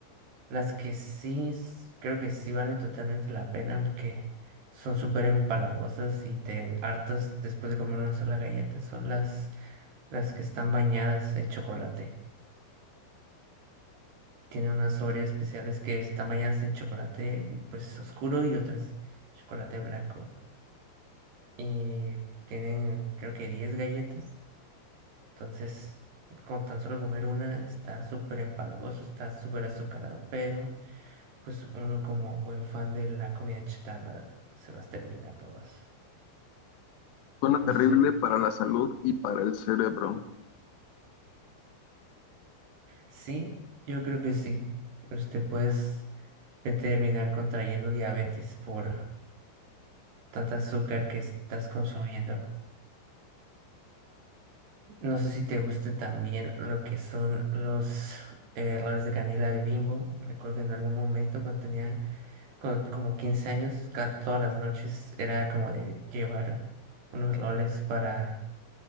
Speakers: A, on the right; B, on the left.
A: Las que sí, s- creo que sí valen totalmente la pena, aunque son súper empalagosas y te hartas después de comer una sola galleta, son las, las que están bañadas en chocolate. Tiene unas Oreos especiales que están bañadas en chocolate pues oscuro y otras chocolate blanco. Y tienen creo que 10 galletas. Entonces, con tan solo comer una está súper empalagoso, está súper azucarado. Pero pues uno como buen fan de la comida chatarra se las termina todas.
B: Suena
A: No
B: terrible
A: sé si...
B: para la salud y para el cerebro.
A: Sí, yo creo que sí. Usted puedes terminar contrayendo diabetes por tanta azúcar que estás consumiendo. No sé si te gusta también lo que son los eh, roles de canela de Bimbo. Recuerdo que en algún momento cuando tenía co- como 15 años, ca- todas las noches era como de llevar unos roles para,